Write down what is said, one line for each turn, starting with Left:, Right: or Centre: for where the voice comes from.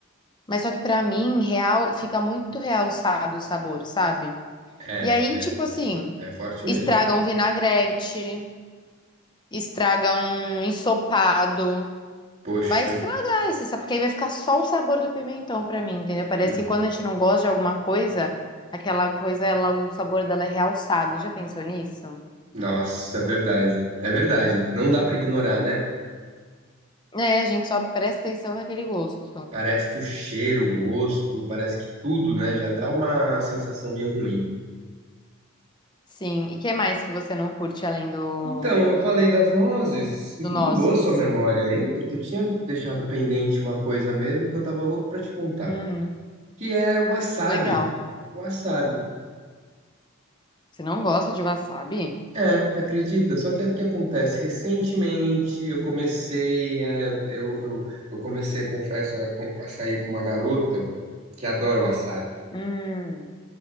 Left: mas só que pra mim real fica muito realçado o sabor, sabe?
Right: É,
Left: E aí, tipo assim,
Right: é forte
Left: estraga
Right: mesmo.
Left: um vinagrete, estraga um ensopado,
Right: Poxa.
Left: vai estragar esse, sabor, porque aí vai ficar só o sabor do pimentão pra mim, entendeu? Parece
Right: uhum.
Left: que quando a gente não gosta de alguma coisa, aquela coisa, ela, o sabor dela é realçado. Já pensou nisso?
Right: Nossa, é verdade. É verdade. Não dá pra ignorar, né?
Left: É, a gente só presta atenção naquele gosto.
Right: Parece que o cheiro, o gosto, parece que tudo, né? Já dá uma sensação meio ruim.
Left: Sim. E que mais que você não curte além do,
Right: Então, eu falei das nozes.
Left: do
Right: Muito
Left: nozes?
Right: boa sua memória, hein? Porque eu tinha deixado pendente uma coisa mesmo que eu tava louco pra te contar,
Left: Hum,
Right: que é o wasabi.
Left: legal.
Right: Wasabi.
Left: Você não gosta de wasabi?
Right: É, acredita? Só que o que acontece? Recentemente eu comecei, é, eu, eu, eu eu comecei, confesso, a, com- a sair com uma garota que adora wasabi.
Left: Hum,